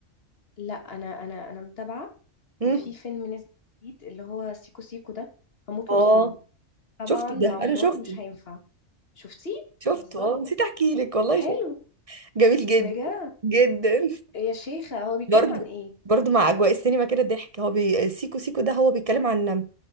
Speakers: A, on the left; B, on the right.
A: لا انا انا انا متابعه
B: امم
A: وفي فيلم نازل جديد اللي هو سيكو سيكو ده هموت
B: اه
A: وادخله طبعا
B: شفته
A: مع
B: ده
A: مراد
B: انا شفته
A: مش هينفع شفتيه بتهزري
B: شفته اه نسيت احكي لك والله
A: حلو
B: شفته جميل جدا
A: بجد
B: جدا
A: يا شيخه هو بيتكلم
B: برضو
A: عن ايه
B: برضو مع اجواء السينما كده ضحك هو بي... سيكو سيكو ده هو بيتكلم عن